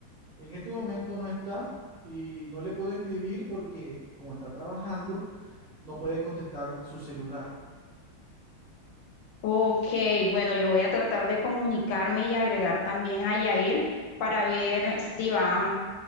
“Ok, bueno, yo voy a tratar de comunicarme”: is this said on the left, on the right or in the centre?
Left